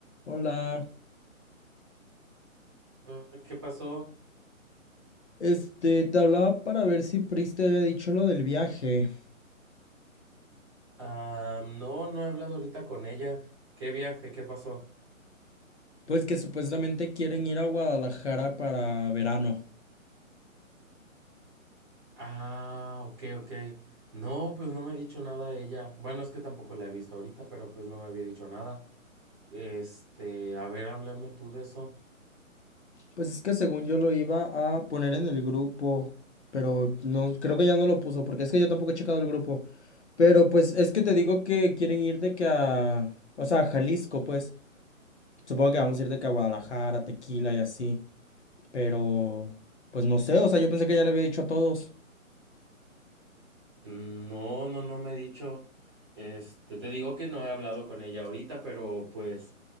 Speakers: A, on the left (about 55°); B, on the right (about 20°).
A: Hola,
B: Hola, ¿Qué pasó?
A: este, te hablaba para ver si Pris te había dicho lo del viaje.
B: Ah, no, no he hablado ahorita con ella. ¿Qué viaje? ¿Qué pasó?
A: Pues que supuestamente quieren ir a Guadalajara para verano.
B: Ah, ok, ok. No, pues no me ha dicho nada ella. Bueno, es que tampoco la he visto ahorita, pero pues no me había dicho nada. Este, a ver, háblame tú de eso.
A: Pues es que según yo lo iba a poner en el grupo, pero no, creo que ya no lo puso, porque es que yo tampoco he checado el grupo. Pero pues es que te digo que quieren ir de que a, o sea, a Jalisco, pues. Supongo que vamos a ir de que a Guadalajara, Tequila y así. Pero, pues no sé, o sea, yo pensé que ya le había dicho a todos.
B: No, no, no me ha dicho. Este, te digo que no he hablado con ella ahorita, pero pues,